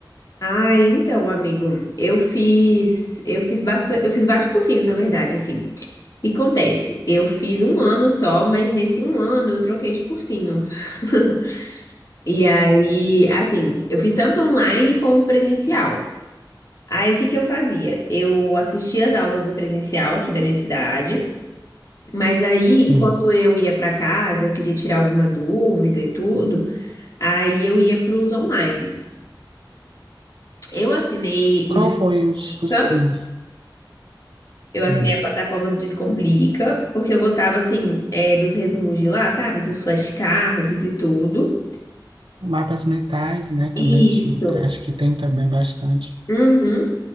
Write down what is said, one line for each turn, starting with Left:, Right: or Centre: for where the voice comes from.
Left: Ah, então, amigo, eu fiz, eu fiz bastante, eu fiz vários cursinhos, na verdade, assim. E acontece, eu fiz um ano só, mas nesse um ano eu troquei de cursinho. <laughs> E aí, assim, eu fiz tanto online como presencial. Aí, o que que eu fazia? Eu assistia as aulas do presencial aqui da minha cidade, mas aí,
Right: Sim.
Left: quando eu ia pra casa, eu queria tirar alguma dúvida e tudo. Aí eu ia para os onlines. Eu assinei o
Right: Qual
Left: Descomplica,
Right: foi os cursinhos?
Left: eu assinei
Right: Hum.
Left: a plataforma do Descomplica, porque eu gostava, assim, é, dos resumos de lá, sabe? Dos flashcards e tudo.
Right: Mapas mentais, né, também
Left: Isso.
Right: tinha, acho que tem também bastante.
Left: Uhum.